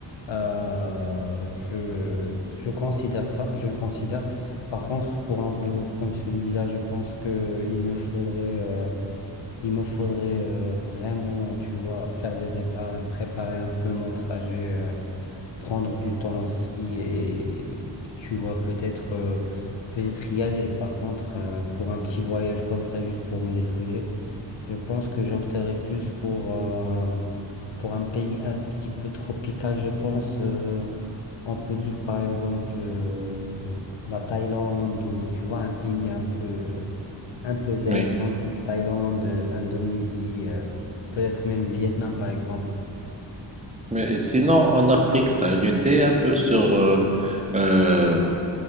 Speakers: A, on the left; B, on the right.
A: Euh, je, je considère ça, je le considère. Par contre, pour un voyage comme celui-là, je pense que il me faudrait, euh, il me faudrait euh, vraiment, tu vois, faire des épargnes, préparer un peu mon trajet. euh, prendre du temps aussi et tu vois peut-être euh, peut-être y aller. Par contre, euh, pour un petit voyage comme ça, juste pour me défouler, je pense que j'opterais plus pour, euh, pour un pays un petit peu tropical, je pense. euh, on peut dire par exemple euh, la Thaïlande ou tu vois un pays un peu un peu zen,
B: Oui.
A: tranquille, Thaïlande, euh, Indonésie, euh, peut-être même Vietnam par exemple.
B: Mais sinon, en Afrique, tu as une idée un peu sur euh, euh,